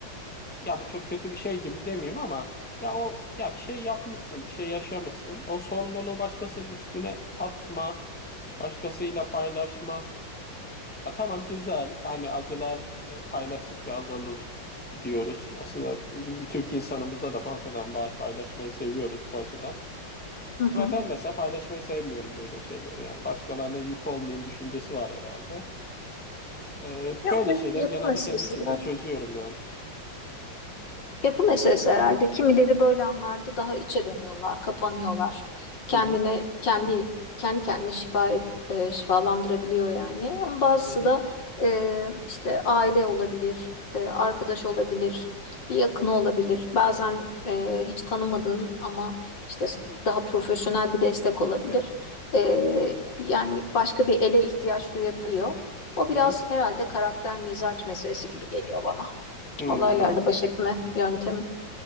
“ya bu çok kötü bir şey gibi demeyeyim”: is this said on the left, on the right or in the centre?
Centre